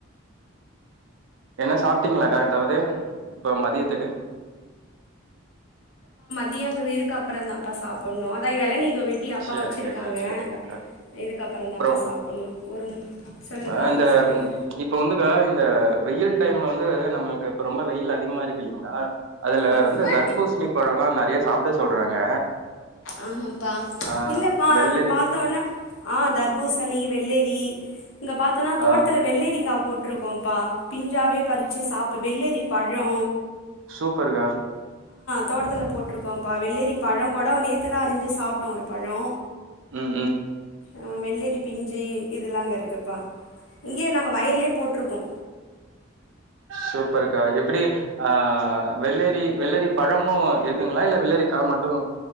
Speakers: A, on the right; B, on the left.
A: என்ன சாப்ட்டிங்ளாக்கா எதாவுது இப்போ மதியத்துக்கு
B: மதிய இதுக்கப்புறந்தாப்பா சாப்படணு அதா எளநி இதோ வெட்டி அப்பா
A: சரிங்கக்கா,
B: வச்சிருக்காங்க
A: சரிங்கக்கா.
B: இதுக்கப்பற
A: அப்புறம்
B: தாப்பா சாப்படணு ஒரு சொல்லுப்பா
A: அ இந்த
B: சொல்லுங்க
A: இப்ப வந்துக்கா இந்த வெய்யில் டைம்ல வந் து நம்மளுக்கு இப்ப ரொம்ப வெய்யில் அதிகமா இருக்கு இல்லிங்ளா அதுல
B: ஆமாம்ப்பா
A: வந்து தர்பூசணி பழல்லா நறையா சாப்ட சொல்றாங்க
B: ஆமாப்பா
A: ஆ
B: இல்லப்பா
A: வெள்ளரி
B: அங்க பாத்தோனா ஆ தர்பூசணி வெள்ளேரி இங்க பாத்தோனா தோட்த்துல
A: ஆ
B: வெள்ளெரிக்கா போட் ருக்கோம்பா பிஞ்சாவே பறிச்சு சாப்ப வெள்ளெரி பழோ
A: சூப்பர் கா
B: தோட்டத்துல போட்டிருக்கோம்ப்பா வெள்ளேரி பழோ கூட நேத்துதா அறிஞ்சு சாப்பிட்டோம் ஒரு பழோ
A: ம், ம்.
B: ஆ வெள்ளெரி பிஞ்சு இதெலா அங்க இருக்குப்பா இங்கேயே நாங்க வயல்லே போட்டிருக்கோ
A: சூப்பர்க்கா எப்படி ஆ வெள்ளரி வெள்ளரி பழமும் இருக்குங்களா இல்ல வெள்ளரி கா மட் டு